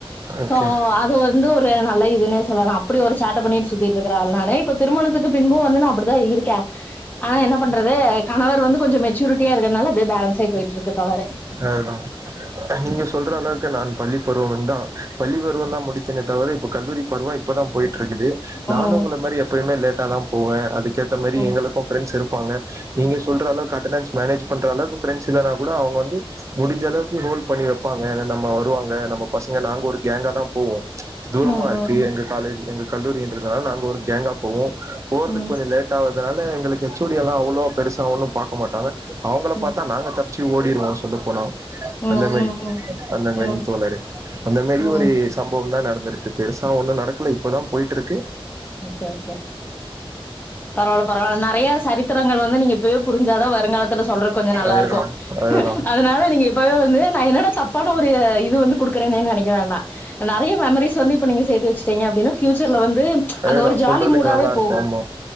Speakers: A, on the right; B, on the left.
A: ஓகே
B: சோ அது வந்து ஒரு நல்ல இதுன்னே சொல்லா அப்புடி ஒரு சேட்ட பண்ணிட்டு சுத்திட்ருக்குற ஆள் நானு இப்போ திருமணத்துக்கு பின்பும் வந்து நா அப்புடிதா இருக்கே ஆனால் என்ன பண்றது கணவர் வந்து கொஞ்சம் மெச்சுரிட்டியா இருக்கத்னால அப்புடியே பேலன்ஸ் ஆயி போயிட்ருக்கு தவறே
A: அதுதா நீங்க சொல்ற அளவுக்கு நான் பள்ளி பருவம்முந்தா பள்ளி ப டுவல்த் தா முடிச்சனே தவற இப்ப கல்லூரி பருவோ இப்ப தா போயி ட்ருக்குது நானு
B: ம்
A: உங்கள மாரி எப்பயுமே லேட் டா தா போவே அதுக் கேத்த மாரி
B: ம்
A: எங்களுக்கு ஃபிரெண்ட்ஸ் இருப் பாங்க நீங்க சொல்ற அளவுக் அட்டனன்ஸ் மேனேஜ் பண்ற அளவுக்கு ப்ரெண்ட்ஸ் இல்லன்னா கூட அவுங்க வந்து முடிஞ்ச அளவுக்கு ஹோல்ட் பண்ணி வெப்பாங்க ஏன்னா நம்ம வருவாங்க நம்ம பசங்க நாங்க ஒரு கேங்கா தா போவோ தூரமா
B: ம் ம்
A: இருக்கு
B: ம்
A: எங்க காலேஜ் எங்க கல்லூரி என்றுனால் நாங்க ஒரு கேங்கா போவோ போறதுக்
B: ம் ம்
A: கொஞ்சோ லேட் ஆவு அதனால எங்களுக்கு ஹச் ஓ டி எல்லா அவ்ளோ பெருசா ஒன்னு பாக்க மாட்டாங்க அவுங்கள
B: ம்
A: பாத்தா நாங்க தப் ச்சி ஓடிருவோ போனோ
B: ம்
A: அந்த மாரி
B: ம்
A: அந்த மாரி
B: ம்
A: தோழரே அந்த மாரி
B: ம்
A: ஒரு சம்பவோ தா நடந்திருக் பெருசா ஒண்ணும் நடக்கல இப்பதா போயிட்டுருக்கு
B: ஓகே ஓகே பரவால்ல பரவால்ல நெறையா சரி பசங்கள் வந்து நீங்க இப்பயே புரி்ஞ்சா தா வருங்காலத்துல சொல்ற கொஞ்சோ நல்லா
A: அதுதா
B: இருக்கும்
A: அதுதா
B: அதனால நீங்க இப் இப்பவே வந்து நா என்னடா தப்பான ஒரு இது வந்து குடுக்குறேனேன்னு நினைக்க வேண்டா நெறய மெமரிஸ் வந்து இப்ப நீங்க சேத்து வச்சிட்டீங்க அப்டின்னா பியூச்சர்ல வந்து
A: அதுதா
B: அந்த ஒரு ஜாலி
A: சொல்றதுக்கு
B: மூடாவே
A: நல்லா இருக்கு
B: போகும்
A: ஆமா